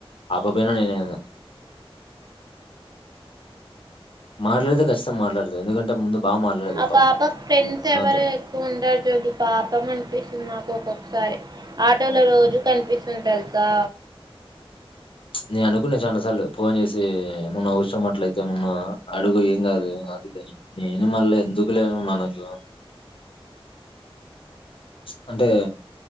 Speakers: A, on the left (about 60°); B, on the right (about 45°).
A: ఆ పాప అయిన నేన్ అయిన మాట్లాడితే ఖచ్చితంగా మాట్లాడుత ఎందుకంటే ముందు బాగా మాట్లాడేది
B: ఆ
A: పాపం
B: పాప ఫ్రెండ్స్ ఎవరు
A: నాతో
B: ఎక్కువ ఉండరు జోగి పాపం అనిపిస్తుంది నాకు ఒక సరే ఆటోలో రోజు కనిపిస్తుంది తెలుసా
A: నే అనుకున్నా చాలా సార్లు ఫోన్ చేసి మొన్న అవసరం అట్లయితే మన్న అడుగు ఏం కాదు అదిదని నేను మళ్ళా ఎందుకులే మనకు చి అంటే